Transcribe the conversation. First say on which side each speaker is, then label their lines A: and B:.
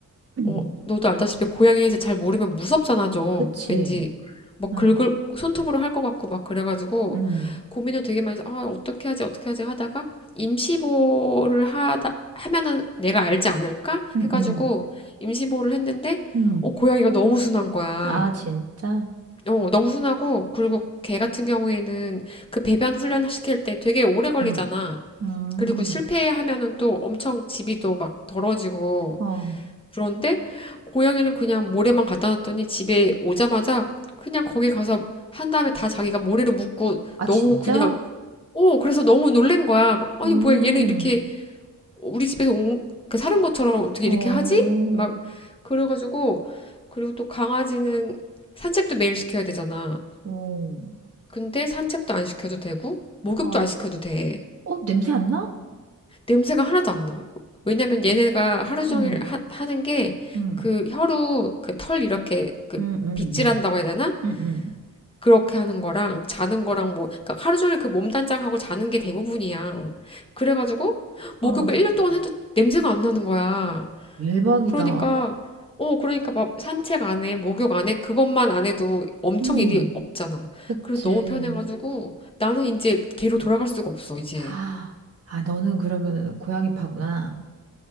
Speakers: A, on the right; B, on the left.
A: <clears throat>
B: 어, 너도 알다시피 고양이에 서 잘 모르면 무섭잖아, 좀.
A: 그치.
B: 왠지 막
A: 어,
B: 긁을, 손톱으로 할 것 같고 막 그래가지고
A: 음,
B: 고민을 되게 많이 해서, 아, 어떻게 하지, 어떻게 하지 하다가 임시보호를 하다, 하면은 내가 알지 않을까?
A: 음,
B: 해가지고
A: 음,
B: 임시보호를 했는데,
A: 음.
B: 어, 고양이가 너무 순한 거야.
A: 아, 진짜?
B: 어, 너무 순하고, 그리고 개 같은 경우에는 그 배변 훈련 시킬 때 되게 오래 걸리잖아.
A: 음, 음.
B: 그리고 실패하면은 또 엄청 집이도 막 더러지고.
A: 어.
B: 그런데 고양이는 그냥 모래만 갖다 놨더니 집에 오자마자 그냥 거기 가서 한 다음에 다 자기가 모래로 묻고
A: 아,
B: 너무
A: 진짜?
B: 그냥, 어, 그래서 너무 놀란 거야. 아니,
A: 음,
B: 뭐야, 얘는 이렇게 우리 집에서 온, 그 사는 것처럼 어떻게
A: 어,
B: 이렇게 하지? 막, 그래가지고, 그리고 또 강아지는 산책도 매일 시켜야 되잖아.
A: 어.
B: 근데 산책도 안 시켜도 되고, 목욕도
A: 아,
B: 안 시켜도 돼.
A: 어, 냄새 안 나?
B: 냄새가 하나도 안 나. 왜냐면 얘네가 하루
A: 응
B: 종일 하, 하는 게,
A: 응
B: 그 혀로 그 털 이렇게 그
A: 응응응
B: 빗질한다고 해야 되나?
A: 응응응
B: 그렇게 하는 거랑, 자는 거랑 뭐, 그러니까 하루 종일 그 몸단장하고 자는 게 대부분이야. 그래가지고, 목욕을
A: 어,
B: 1년 동안 해도 냄새가 안 나는 거야.
A: 대박이다.
B: 그러니까, 어, 그러니까 막 산책 안 해, 목욕 안 해, 그것만 안 해도 엄청
A: 음.
B: 일이 없잖아.
A: 그치.
B: 그래서 너무 편해가지고 나는 이제 걔로 돌아갈 수가 없어, 이제.
A: 아, 아, 너는 그러면 고양이 파구나.